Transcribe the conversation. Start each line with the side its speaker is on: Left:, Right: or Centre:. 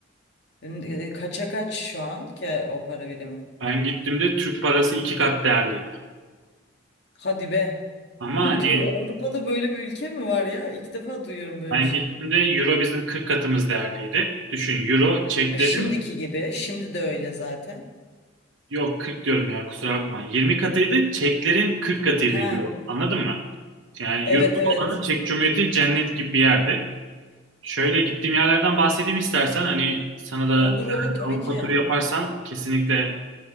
Left: E, Kaça kaç şu an ki o para birimi?
Right: Ben gittiğimde Türk parası iki kat değerliydi.
Left: Hadi be.
Right: Ama
Left: <laughs>
Right: hani
Left: Diyor, Avrupa'da böyle bir ülke mi var ya? İlk defa duyuyorum böyle
Right: ben
Left: bir şey.
Right: gittiğimde Euro bizim 40 katımız değerliydi. Düşün Euro çeklerin
Left: Ha, Şimdiki gibi. Şimdi de öyle zaten.
Right: yok 40 diyorum ya kusura bakma. 20 katıydı çeklerin 40 katıydı
Left: Ha,
Right: Euro. Anladın mı? Yani
Left: evet
Right: yurt
Left: evet.
Right: olanı Çek Cumhuriyeti cennet gibi bir yerdi. Şöyle gittiğim yerlerden bahsedeyim istersen. Hani sana da
Left: Olur
Right: yani
Left: olur tabii
Right: Avrupa
Left: ki.
Right: turu yaparsan kesinlikle